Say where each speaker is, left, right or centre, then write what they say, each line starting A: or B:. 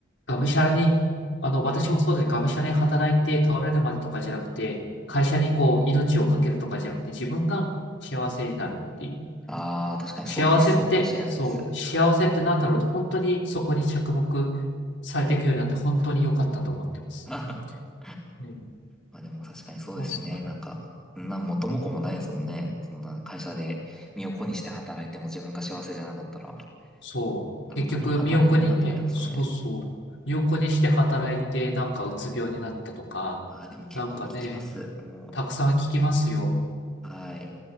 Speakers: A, on the left; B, in the centre.
A: がむしゃらに、あの、私もそうです。がむしゃらに働いて倒れるまでとかじゃなくて、会社にこう、命をかけるとかじゃなくて、自分が幸せになるっていう。
B: ああ、確かにそういう思想かもしれないです。
A: 幸せって、そう、幸せってなんだろうと、本当にそこに着目されていくようになって、本当に良かったと思ってます。
B: <laughs>
A: ね、
B: まあでも確かにそうですね。
A: 確かに。
B: なんか、そんな元も子もないですもんね。そんな会社で身を粉にして働いても自分が幸せじゃなかったら、
A: そう。
B: 何のために働いてるんだってなりますもんね。
A: 結局、身を粉にね、そうそう。身を粉にして働いて、なんかうつ病になったとか、
B: ああ、でも結構聞きます。
A: なんかね、
B: も
A: たくさん聞きますよ。
B: う、はい。